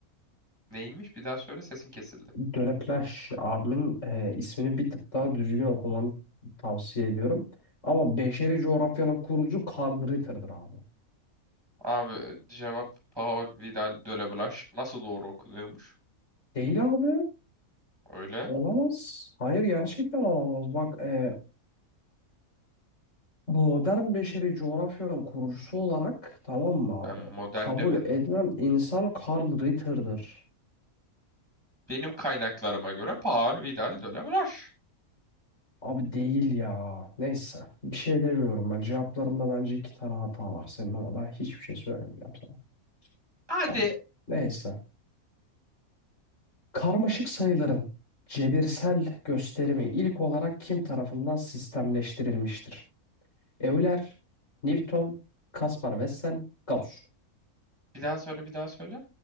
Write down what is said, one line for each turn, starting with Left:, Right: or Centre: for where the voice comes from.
Right: Neymiş? Bir daha söyle sesin kesildi.
Left: Döleplaş abimin e, ismini bir tık daha düzgün okumanı tavsiye ediyorum. Ama beşeri coğrafyanın kurucu Karl Ritter'dır abi.
Right: Abi cevap Paul Vidal de la Blache. Nasıl doğru okunuyormuş?
Left: Değil abi.
Right: Öyle.
Left: Olamaz. Hayır gerçekten olamaz. Bak e, modern beşeri coğrafyanın kurucusu olarak tamam mı abi?
Right: Ben modern
Left: Kabul
Right: demedim.
Left: edilen insan Karl Ritter'dır.
Right: Benim kaynaklarıma göre Paul Vidal de Blas.
Left: Abi değil ya. Neyse. Bir şey demiyorum ben. Cevaplarında bence iki tane hata var. Senin ama ben hiçbir şey söylemeyeceğim sana.
Right: Hadi.
Left: Tamam. Neyse. Karmaşık sayıların cebirsel gösterimi ilk olarak kim tarafından sistemleştirilmiştir? Euler, Newton, Kaspar Wessel, Gauss.
Right: Bir daha söyle, bir daha söyle.